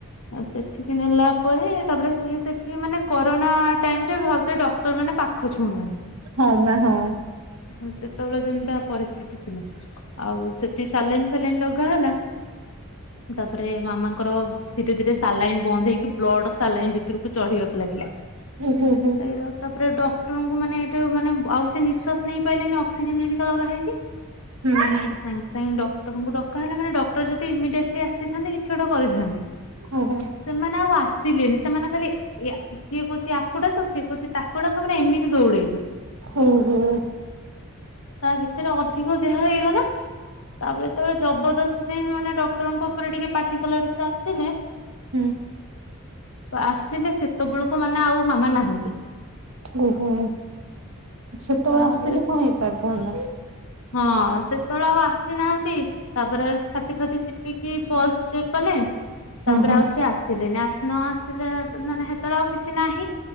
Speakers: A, on the left; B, on the right.
A: ଆଉ ସେଠିକି ନେଲା ପରେ ତାପରେ ସିଏ ସେଠି ମାନେ କରୋନା ଟାଇମରେ ମତେ ଡକ ର ମାନେ ପାଖ ଛୁଉଁନାହାନ୍ତି।
B: ହଁ ବା ହଁ
A: ହଁ ସେତେବେଳେ ଯେମିତିଆ ପରିସ୍ଥିତି ଥିଲା ଆଉ ସେଠି ସାଲାଇନ୍ ଫାଲାଇନ୍ ଲଗେ କଣ ହେଲା ତାପରେ ମାମାଙ୍କର ଧୀରେ ଧୀରେ ସାଲାଇନ୍ ବନ୍ଦ ହେଇକି ବ୍ଲଡ ସାଲାଇନ୍ ଭିତରକୁ ଚଢିବାକୁ ଲାଗିଲା।
B: ହୁଁ ହୁଁ।
A: ସେ ତାପରେ ଡକ୍ଟରଙ୍କୁ ମାନେ ଏ ମାନେ ଆଉ ସେ ନିଶ୍ୱାସ ନେଇପାରଲେନି ଅକ୍ସିଜେନ ହେରିକା ଲଗା ହେଇଛି।
B: ହୁଁ।
A: ତାପରେ ସାଙ୍ଗେ ସାଙ୍ଗେ ଡକ୍ଟରଙ୍କୁ ଡକା ହେଲେ ମାନେ ଡକ୍ଟର ଯଦି ଇମିଡିଏଟଲି ଆସିଥାନ୍ତେ କିଛି ଗୋଟେ କରିଥାନ୍ତେ?
B: ଓହୋ।
A: ସେମାନେ ଆଉ ଆସିଲେନି ସେମାନେ ଖାଲି ସିଏ କହୁଛି ୟାକୁଡାକ ସିଏ କହୁଛି ତାକୁ ଡାକ ମାନେ ଏମିତି ଦୌଡେଇଲେ।
B: ଓହୋ
A: ତା ଭିତରେ ଅଧିକ ଦେହ ହେଇଗଲା ତାପରେ ତାବେଳେ ଜବରଦସ୍ତି ଜାଇ ମାନେ ଡକ୍ଟରଙ୍କ ଉପରେ ଟିକେ ପାଟି କଲାଠୁ ସେ ଆସିଲେ
B: ହୁଁ।
A: ଆସିଲେ ସେତେବେଳକୁ ମାନେ ଆଉ ମାମା ନାହାନ୍ତି।
B: ଓହୋ ସେତେବେଳେ
A: ତାପରେ
B: ଆସିଥିଲେ କଣ ହେଇ ପାରିଥାନ୍ତା?
A: ହଁ ସେତେବେଳେ ଆଉ ଆସିନାହାନ୍ତି। ତାପରେ ଛାତି ଫାତି ଚିପିକି ପଲସ ଚେକ୍ କଲେ।
B: ହୁଁ
A: ତାପରେ
B: ହୁଁ
A: ଆଉ ସେ ଆସିଲେନି ଆସି ନ ଆସିଲେ ମାନେ ସେତେବେଳେ ଆଉ କିଛି ନାହିଁ।